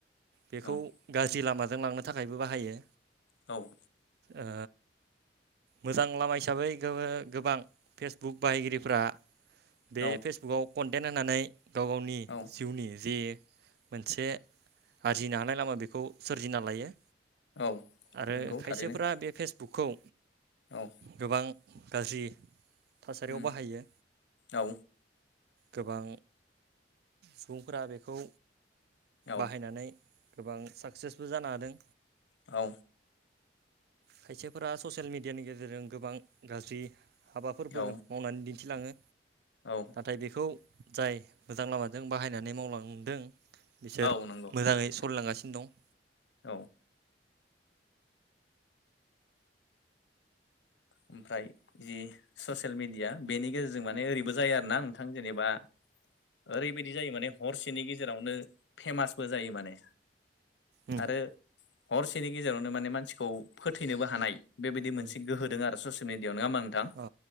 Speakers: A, on the right (about 60°); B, on the left (about 85°).
A: बेखौ
B: औ
A: गाज्रि लामाजों लांनो थाखायबो बाहायो।
B: औ।
A: ओ मोजां लामा हिसाबै गो गोबां फेसबुक बाहायगिरिफ्रा बे
B: औ
A: फेसबुकाव कनटेन्ट होनानै गाव गाव नि
B: औ
A: जिउनि जे मोनसे आरजिनो हानाय लामा बेखौ सोरजिना लायो
B: औ
A: आरो
B: नंगौ
A: खायसेफ्रा
B: थारैनो
A: बे फेस बुखौ
B: औ।
A: गोबां गाज्रि थासारियाव
B: उम
A: बाहायो।
B: औ
A: गोबां सुबुंफोरा बेखौ
B: औ
A: बाहायनानै गोबां साक्सेसबो जानो हादों।
B: औ।
A: खायसेफोरा ससियेल मिडियानि गेजेरजों गोबां गाज्रि हाबाफोरबो
B: औ
A: मावनानै दिन्थिलाङो।
B: औ।
A: थाय बेखौ जाय मोजां लामाजों बाहायनानै मावलांदों बिसोर
B: औ नंगौ
A: मोजाङै
B: थारैनो
A: सलिलांगासिनो दं।
B: औ ओमफ्राय जि ससियेल मिडिया बेनि गेजेरजों माने ओरैबो जायो आरो ना नोंथां जेनेबा ओरैबायदि जायो माने हरसेनि गेजेरावनो फेमासबो जायो माने।
A: उम
B: आरो हरसेनि गेजेरावनो माने मानसिखौ फोथैनोबो हानाय बेबायदि मोनसे
A: उम
B: गोहोदों आरो ससियेल मिडियाआव नङा होमबा नोंथां
A: अ